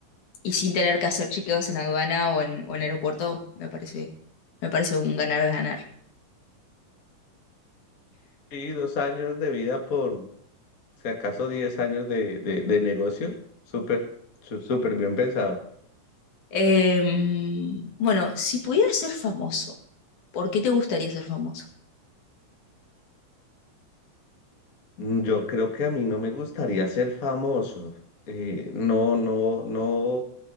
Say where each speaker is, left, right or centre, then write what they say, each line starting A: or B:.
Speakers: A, on the left (about 70°); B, on the left (about 35°).
A: y sin tener que hacer chequeos en aduana o en, o en aeropuerto, me parece, me parece un ganar-ganar.
B: Sí, dos años de vida por, si acaso, diez años de, de, de negocio. Súper, su- súper bien pensado.
A: Em, bueno, si pudieras ser famoso, ¿por qué te gustaría ser famoso?
B: Mm, Yo creo que a mí no me gustaría ser famoso. Eh, no, no, no,